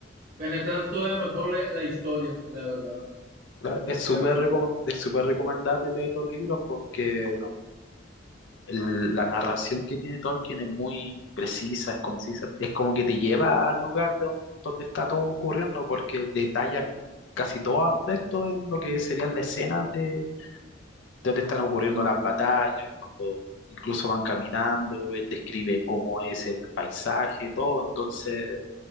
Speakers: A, on the right; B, on the left.
A: penetrar todavía mejor la, la historia, la verdad.
B: Claro, es súper
A: Pero
B: reco- es súper recomendable leer los libros porque el- la narración que tiene Tolkien es muy precisa, es concisa, es como que te lleva al lugar de don- donde está todo ocurriendo porque detalla casi todo aspecto en lo que serían las escenas de donde están ocurriendo las batallas, cuando incluso van caminando, él describe cómo es el paisaje, todo, entonces